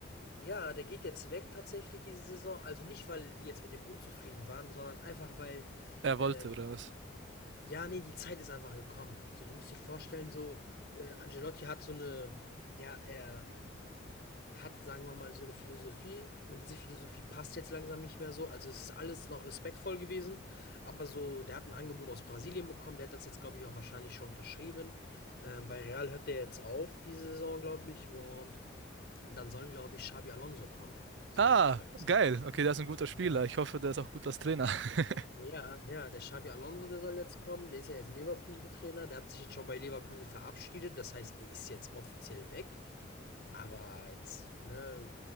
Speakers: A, on the left; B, on the right.
A: Ja, der geht jetzt weg tatsächlich diese Saison. Also nicht, weil die jetzt mit dem unzufrieden waren, sondern einfach, weil
B: Er
A: ähm,
B: wollte, oder was?
A: Ja, ne, die Zeit ist einfach gekommen. So, du musst dir vorstellen, so, äh, Ancelotti hat so eine, ja, er hat, sagen wir mal, so eine Philosophie und diese Philosophie passt jetzt langsam nicht mehr so. Also, es ist alles noch respektvoll gewesen, aber so der hat ein Angebot aus Brasilien bekommen, der hat das jetzt, glaube ich, auch wahrscheinlich schon unterschrieben. Ähm, bei Real hört der jetzt auf diese Saison, glaube ich, und dann soll, glaube ich, Xabi Alonso kommen, soweit
B: Ah,
A: ich weiß.
B: geil. Okay, der ist ein guter Spieler.
A: Ja.
B: Ich hoffe, der ist auch gut als Trainer. <laughs>
A: Ja, ja, der Xabi Alonso, der soll jetzt kommen. Der ist ja jetzt Leverkusen-Trainer. Der hat sich jetzt schon bei Leverkusen verabschiedet. Das heißt, er ist jetzt offiziell weg. Aber jetzt, ne,